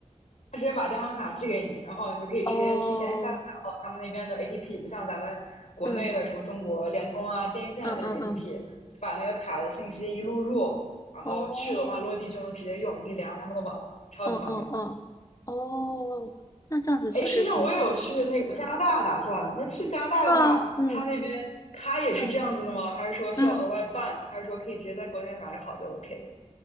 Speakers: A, on the left; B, on the left.
A: 他直接把电话卡寄给你，然后你就可以直接提前下载然后他们那边的
B: 哦，
A: APP，就像咱们国内的什么中国联通啊、
B: 嗯
A: 电信啊那种
B: 嗯嗯嗯，
A: APP，就把那个卡的信息一录入，然后去的话落地就能直接用，
B: 哦，
A: 你可以连上他们的网了，超级方便。
B: 嗯嗯嗯，哦，那这样子确实挺好，
A: 哎，实际上我也有去那个加拿大打算，那去加拿大的话，
B: 是吗？嗯
A: 他那边卡也是这样子的吗？
B: 嗯
A: 还是说需要额外办？
B: 嗯。
A: 还是说可以直接在国内买好就 OK？